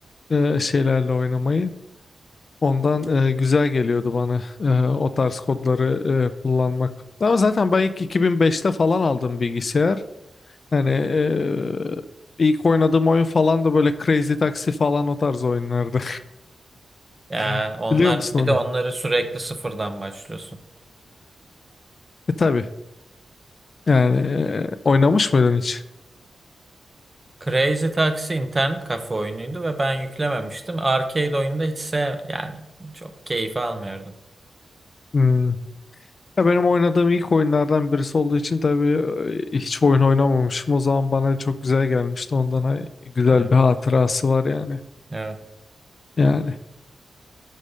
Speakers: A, on the left (about 45°); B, on the right (about 20°).
A: eee, şeylerle oynamayı. Ondan eee, güzel geliyordu bana eee, o tarz kodları eee, kullanmak. Ama zaten ben ilk 2005'te falan aldım bilgisayar. Yani eee, ilk oynadığım oyun falan da böyle Crazy Taxi falan o tarz oyunlardı.
B: Ya
A: <laughs>
B: onlar
A: Biliyor musun
B: bir
A: onu?
B: de onları sürekli sıfırdan başlıyorsun.
A: E tabii. Yani eee, oynamış mıydın hiç?
B: Crazy Taxi internet kafe oyunuydu ve ben yüklememiştim. Arcade oyunda hiç sev yani çok keyif almıyordum.
A: Hmm. Ya benim oynadığım ilk oyunlardan birisi olduğu için tabii e, hiç oyun oynamamışım. O zaman bana çok güzel gelmişti. Ondan ay- güzel
B: Evet.
A: bir hatırası var yani.
B: Evet.
A: Yani.